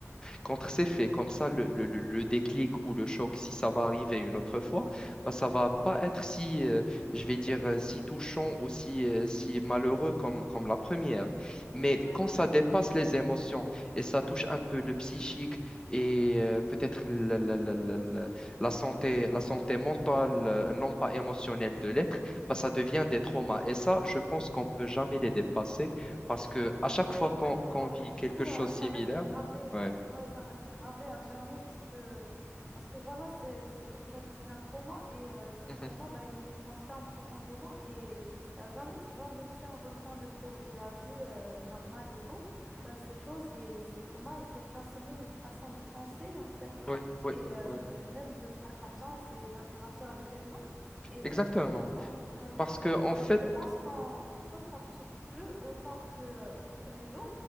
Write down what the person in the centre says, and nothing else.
Ouais,
exactement.
Ouais.
Ouais,
exactement.
Bah, du
coup,
euh, ça
reste gravé, euh,
ouais, ça reste gravé à jamais parce que, parce que voilà, c'est, c'est comme tu as dit, c'est un trauma et euh, ces
traumas, bah, ils nous transforment profondément et, et à jamais, tu vois, même si on reprend le cours de la vie euh, normale et tout, bah, ces choses et ces traumas, ils peuvent façonner notre façon de penser en fait
et euh,
même de faire confiance et d'interagir avec les gens. Et
euh, en- ouais,
en-
je,
je pense qu'on je pense qu'on ne souffre plus autant que, euh, qu'au premier jour,